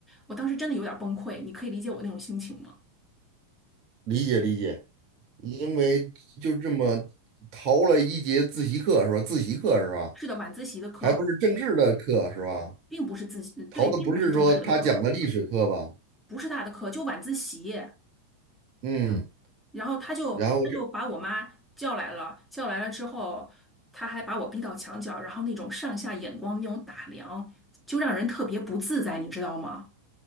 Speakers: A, in the centre; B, on the right.
A: 我当时真的有点崩溃，你可以理解我那种心情吗？
B: 理解理解，因为就这么逃了一节自习课是吧？自习课是吧？
A: 是的，晚自习的课
B: 还不是政治的课是吧？
A: 并不是自习，对，
B: 逃的不是说他讲的历史课吧？
A: 并不是正式的课，不是他的课，就晚自习。
B: 嗯。
A: 然后他就他就把我妈叫来了，
B: 然后这，
A: 叫来了之后，他还把我逼到墙角，然后那种上下眼光那种打量，就让人特别不自在，你知道吗？